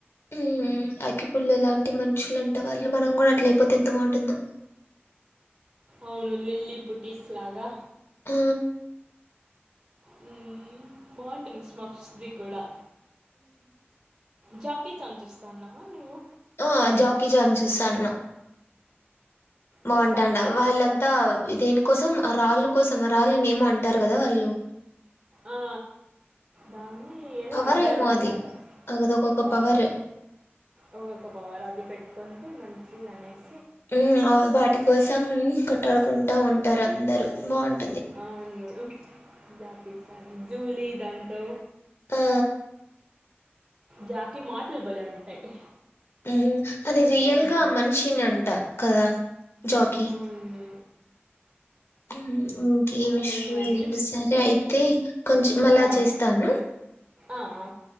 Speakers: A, on the left (about 70°); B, on the right (about 40°).
A: హమ్ అగ్గిపుల్ల లాంటి మనుషులంట వాళ్ళు మనం గూడ అట్ల అయిపోతె ఎంత బాగుంటుందో!
B: అవును లిల్లీపుట్టీస్ లాగా.
A: ఆ
B: హ్మ్ బాగుంటుంది స్మఫ్స్ది కూడా. జ చిన్ చాన్ చస్తాన్నవ నువు.
A: ఆ జాకీ చాన్ చూస్తాన్న. బాగుంటా
B: చూస్తాంటివా
A: అన్నవ్ వాళ్ళంతా దేని కోసం. ఆ రాళ్ళు కోసం ఆ రాళ్ళు ఏమో అంటారు కదా వాళ్ళు.
B: ఆ దాన్ని ఏదో
A: పవర్
B: అంటారన్నమాట
A: ఏమో అది అదొకొక
B: అ
A: పవర్
B: అదొక పవర్ అది. పెట్టుకుంటే మంచిదనేసి.
A: హ్మ్ వాటి కోసం కొట్టాడుకుంట. కుంటా ఉంటారు అందరూ బాగుంట.
B: అవును జాకి చాన్, జూలీ. దాంతో
A: ఆ-
B: జాకి మాటలు బలే ఉంటాయి.
A: హ్మ్ హ అది రియల్
B: మ్మ్.
A: గా ఆ మనిషిని అంట కదా జాకీ.
B: అవును
A: మ్ ఇంకేమ్
B: సరే
A: హిస్టరీలు
B: మరి
A: లే సరే అయితే కొంచెం మళ్ళా
B: ఆ,
A: చేస్తాను
B: ఆ, ఆ.